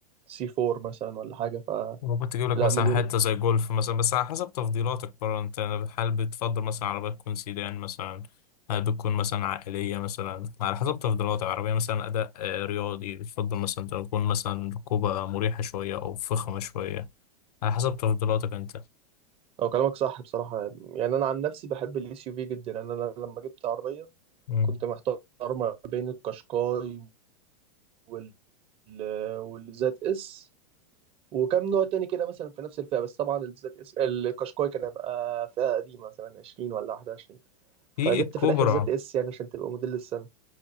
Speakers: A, on the right; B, on the left.
A: سي 4 مثلا ولا حاجة فلا
B: ممكن تجيب لك مثلا
A: مليون
B: حتة زي جولف مثلا بس على حسب تفضيلاتك برضه انت هل بتفضل مثلا عربية تكون سيدان مثلا هل بتكون مثلا عائلية مثلا على حسب تفضيلاتك عربية مثلا أداء آه، رياضي بتفضل مثلا تكون مثلا ركوبة مريحة شوية أو فخمة شوية على حسب تفضيلاتك انت
A: أو كلامك صح بصراحة يعني أنا عن نفسي بحب الإس يو في جدا يعني أنا لما جبت عربية
B: مم.
A: كنت محتار ما بين القشقاي وال والزد اس وكم نوع تاني كده مثلا في نفس الفئة بس طبعا الزد اس القشقاي كان هيبقى فئة قديمة مثلا 20 ولا 21
B: في
A: فجبت
B: الكوبرا
A: في الآخر زد اس يعني عشان تبقى موديل السنة